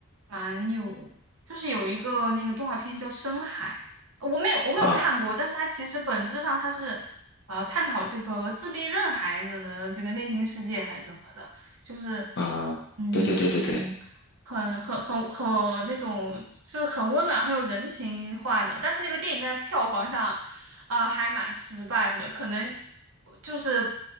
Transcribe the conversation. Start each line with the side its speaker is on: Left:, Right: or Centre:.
Right: 蛮有，就是有一个那个动画片叫《深海》，我没有我没有看过，
Left: 啊
Right: 但是它其实本质上它是，呃，探讨这个自闭症孩子的这个内心世界还是怎么的，就是，
Left: 啊，
Right: 嗯。
Left: 对对对对对
Right: 很很很很那种，是很温暖、很有人情化的。但是那个电影在票房上，啊、还蛮失败的。可能就是